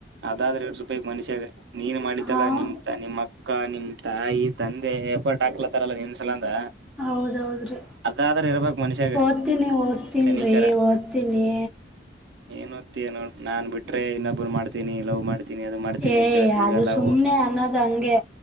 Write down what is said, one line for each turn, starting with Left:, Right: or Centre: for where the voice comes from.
Right: ಅದಾದ್ರ ಎರಡ್ ರೂಪಾಯಿಕ್ ಮನುಷ್ಯಾಗ ನೀನ್ ಮಾಡಿತಲ್ಲಾ
Centre: ಹಾಂ
Right: ನಿಮ್. ನಿಮ್ಮ್ ಅಕ್ಕ ನಿಮ್ ತಾಯಿ ತಂದೆ ಎಪರ್ಟ್ ಹಾಕ್ಲತ್ತಾರಲ್ಲ ನಿನ್ಸಲಂದ.
Centre: ಹೌದೌದ ರೀ.
Right: ಅದಾದ್ರ ಇರಬೇಕ ಮನುಷ್ಯಾಗ
Centre: ಓದ್ತೀನಿ ಓದ್ತೀನ್ರೀ
Right: ಕನಿಕರ
Centre: ಓದ್ತೀನಿ.
Right: ಏನ್ ಓದತ್ತಿನೋ ನೋ ನಾನ್ ಬಿಟ್ರೆ ಇನ್ನೊಬ್ಬರು ಮಾಡ್ತೀನಿ ಲವ್ ಮಾಡ್ತಿ ನಿ ಅದು ಮಾಡ್ತೀನಿ
Centre: ಏ
Right: ಅಂತ ಹೇಳತಿ
Centre: ಅದು
Right: ಇವೆಲ್ಲವು.
Centre: ಸುಮ್ನೆ ಅನ್ನೋದ್ ಹಂಗೆ